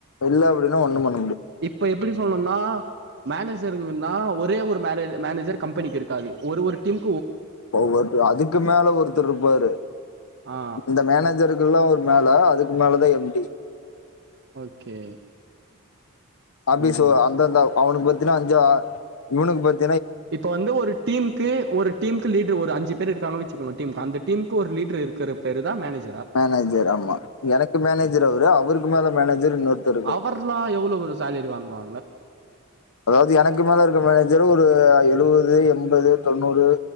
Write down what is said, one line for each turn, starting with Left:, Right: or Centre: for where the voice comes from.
Left: இல்ல அப்டினா ஒன்னு பண்
Right: இப்ப எப்டி சொல்ணுனா மேனேஜருங்கன்னா ஒரே ஒரு மேரே மேனேஜர் கம்பெனிக்கிருக்காது ஒரு ஒரு டீம்
Left: ஒவ்வொர்தர் அதுக்கு மேல ஒருத்தர்ருப்பாரு
Right: ஆ
Left: இந்த மேனேஜருகல்ல ஒரு மேல அதுக்கு மேலதா எம் டி
Right: ஓகே
Left: ஆபி
Right: ம்
Left: சோ அந்தந்த அவனுக் பாத்தினா அஞ்சு அ இவுனுக் பாத்
Right: இப்ப வந்து ஒரு டீம்க்கு ஒரு டீம்க்கு லீடர் ஒரு அஞ்சு பேர் இருக்காங்க வெச்சுக்கோங்க டீம்க்கு அந்த டீம்க்கு ஒரு லீடர் இருக்கிற பேரு தா மேனேஜ்
Left: மேனேஜர் ஆமா எனக்கு மேனேஜர் அவரு அவருக்கு மேல மேனேஜர் இன்னொர்தர்ருக்கார்
Right: அவர்லா <unintelligible> சேலரி வாங்குவ
Left: அதாவ்து எனக்கு மேலா இருக்க மேனேஜரு ஒரு எழுவ து எம்பது தொண்ணூறு